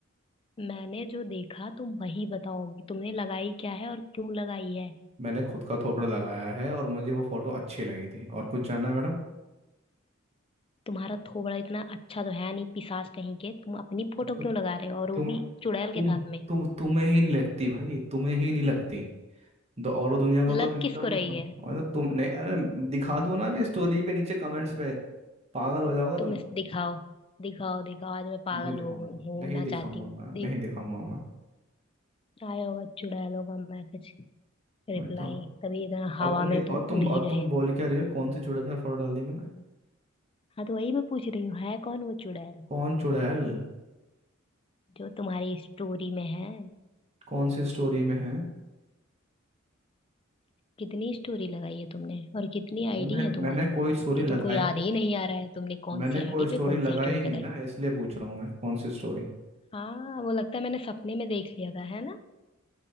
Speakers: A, on the left; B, on the right.
A: मैंने जो देखा तुम वही बताओगी तुमने लगाई क्या है और क्यों लगाई है
B: मैंने खुद का थोपड़ा लगाया है और मुझे वो फोटो अच्छी लगी थी और कुछ जानना है मैडम
A: तुम्हारा थोबड़ा इतना अच्छा तो है नहीं पिशाच कहीं के तुम अपनी फोटो
B: तो
A: क्यों लगा रहे हो और वो
B: तुम
A: भी चुड़ैल के
B: तुम
A: साथ में
B: तुम तुम्हें ही नहीं लगती भाई तुम्हें ही नहीं लगती तो और दुनिया को
A: लग
B: तो एकदम
A: किसको रही है
B: और तुम नहीं अरे दिखा दो ना अभी स्टोरी
A: हम्म,
B: पे नीचे कमेंट्स पे पागल हो जाओगे
A: तुम
B: तुम
A: इस दिखाओ दिखाओ दिखाओ आज मैं पागल
B: नहीं दिखाऊंगा
A: हो गई हूँ
B: नहीं
A: ना
B: दिखाऊंगा
A: चाहती
B: मैं
A: हूँ देख
B: नहीं दिखाऊंगा मैं
A: आया होगा चुड़ैलों का मैसेज रिप्लाई
B: मैं तो
A: तभी इतना हवा
B: और तुम
A: में तुम
B: और तुम
A: उड़ ही
B: और
A: रहे
B: तुम
A: हो
B: बोल क्या रही हो कौन से चूड़े के साथ फोटो डाल दी मैंने
A: हाँ तो वही मैं पूछ रही हूँ है कौन वो चुड़ैल
B: कौन चूड़ैल
A: जो तुम्हारी स्टोरी में है
B: कौन सी स्टोरी में है
A: कितनी स्टोरी लगाई है तुमने और कितनी आईडी
B: मैंने
A: है तुम्हारी
B: मैंने कोई स्टोरी
A: कि
B: लगाई
A: तुमको याद ही नहीं आ रहा है तुमने कौन
B: मैंने
A: सी
B: कोई
A: आईडी
B: स्टोरी
A: पे कौन
B: लगाई
A: सी स्टोरी
B: ही नहीं
A: लगाई
B: ना इसलिए पूछ रहा हूँ मैं कौन सी स्टोरी
A: हाँ वो लगता है मैंने सपने में देख लिया था है ना